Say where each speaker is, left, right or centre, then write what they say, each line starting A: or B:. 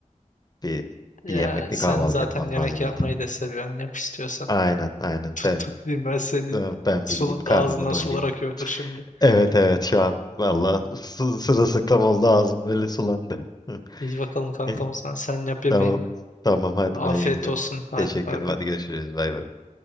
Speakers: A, on the left; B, on the left.
A: Bir
B: Ya
A: bir yemek, bir
B: sen
A: kahvaltı
B: zaten
A: yapmam
B: yemek
A: lazım
B: yapmayı
A: evet.
B: da seviyorsun yap istiyorsan.
A: Aynen, aynen.
B: Tut
A: Ben
B: tut diyeyim ben seni
A: Ee, Ben
B: sul,
A: bir gideyim karnımı
B: ağzından
A: doyurayım.
B: sular akıyordur şimdi.
A: Evet evet şu an valla sı- sırılsıklam oldu ağzım böyle sulandı. <laughs>
B: İyi bakalım kankam
A: İyi,
B: o zaman sen yap yemeğini.
A: tamam tamam hadi
B: Afiyet
A: ben gidiyorum.
B: olsun hadi
A: Teşekkür
B: bay
A: ederim
B: bay.
A: hadi görüşürüz bay bay.